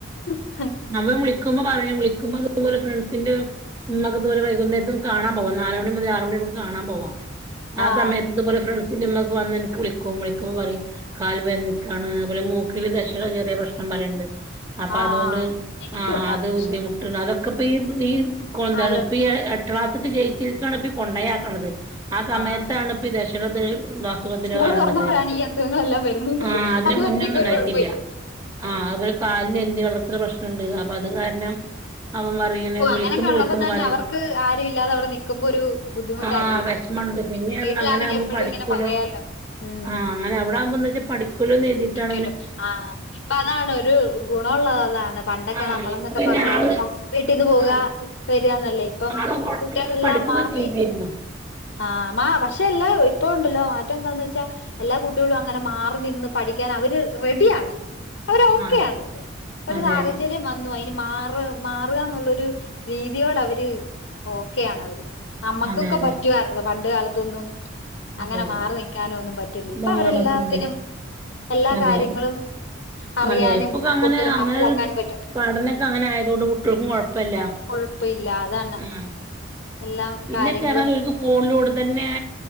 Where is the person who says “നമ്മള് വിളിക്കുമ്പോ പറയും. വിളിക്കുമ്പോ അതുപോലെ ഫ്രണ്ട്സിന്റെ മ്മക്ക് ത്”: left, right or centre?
Right